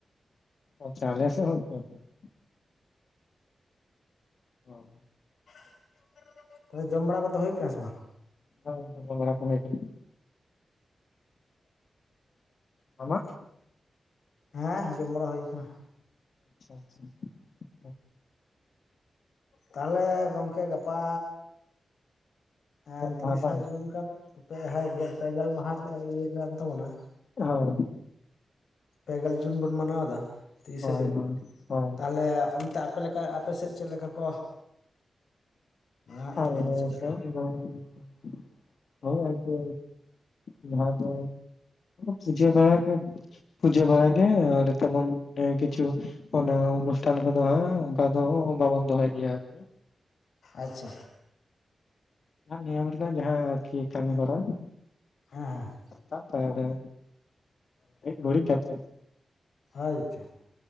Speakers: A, on the left (about 60°); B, on the left (about 80°).
A: ᱟᱪᱪᱷᱟ ᱟᱞᱮ ᱥᱮᱫ ᱦᱚᱸ ᱚᱱᱠᱟ ᱜᱮ <unintelligible>
B: <inaudible> ᱛᱚᱵᱮ ᱡᱚᱢ ᱵᱟᱲᱟ ᱠᱚᱫᱚ ᱦᱩ ᱠᱟᱱᱟ ᱥᱮ ᱵᱟᱝ?
A: <unintelligible> ᱡᱚᱢ ᱵᱟᱲᱟ ᱠᱚ ᱦᱳᱭᱠᱟᱱᱟ᱾ ᱟᱢᱟᱜ?
B: ᱦᱮᱸ ᱡᱚᱢ ᱵᱟᱲᱟ ᱦᱩᱭ ᱟᱠᱟᱱᱟ᱾
A: <inaudible>
B: ᱛᱟᱦᱚᱞᱮ ᱜᱚᱝᱠᱮ ᱜᱟᱯᱟ ᱦᱮᱸ
A: ᱦᱩᱞ
B: ᱛᱤᱨᱤᱥᱟᱭ
A: ᱢᱟᱦᱟ ᱵᱟᱝ
B: ᱡᱩᱱ ᱠᱟᱱ ᱦᱮᱸ ᱯᱮᱦᱟᱭ ᱜᱮᱞ ᱯᱮᱜᱮᱞ ᱢᱟᱦᱟ ᱤᱭᱟᱹ ᱠᱟᱱ ᱛᱟᱵᱚᱱᱟ
A: ᱦᱚᱭ
B: ᱯᱮᱜᱮᱞ ᱡᱩᱱ ᱵᱚᱱ ᱢᱟᱱᱟᱣᱫᱟ ᱛᱤᱨᱤᱥᱟ
A: ᱦᱳᱭ
B: ᱡᱩᱱ
A: ᱦᱳᱭ ᱦᱳᱭ
B: ᱛᱟᱦᱚᱞᱮ ᱚᱱᱛᱮ ᱟᱯ ᱼᱼ ᱯᱮ ᱞᱮᱠᱟ ᱟᱯᱮ ᱥᱮᱫ ᱪᱮᱫ ᱞᱮᱠᱟ ᱠᱚ ᱢᱮᱱᱟᱜ
A: ᱟᱞᱮ
B: ᱛᱟᱵᱚᱱᱟ ᱪᱮᱫ ᱞᱮᱠᱟ
A: <unintelligible> ᱦᱳ ᱟᱨᱠᱤ ᱡᱟᱦᱟᱸ ᱫᱟ ᱥᱟᱡᱷᱮ ᱵᱟᱲᱟᱠᱚ ᱯᱩᱡᱟᱹ ᱵᱟᱲᱟ ᱜᱮ ᱟᱨ ᱛᱮᱢᱚᱱ ᱠᱤᱪᱷᱩ ᱚᱱᱟ ᱚᱱᱩᱥᱴᱷᱟᱱ ᱠᱚᱫᱚ ᱦᱟᱸᱜ ᱚᱱᱠᱟ ᱫᱚ ᱵᱟᱵᱚᱱ ᱫᱚᱦᱚᱭ ᱜᱮᱭᱟ ᱟᱨᱠᱤ
B: ᱟᱪᱪᱷᱟ
A: ᱱᱤᱭᱚᱢ ᱨᱮᱱᱟᱜ ᱡᱟᱦᱟᱸ ᱟᱨᱠᱤ ᱠᱟᱹᱢᱤ ᱦᱚᱨᱟ
B: ᱦᱮᱸ ᱦᱮᱸ
A: ᱥᱮᱛᱟᱜ ᱯᱟᱭᱟᱨ ᱨᱮ ᱢᱤᱫ ᱜᱷᱩᱲᱤᱡ ᱠᱟᱛᱮ ᱦᱚᱭ
B: ᱦᱳᱭᱛᱚ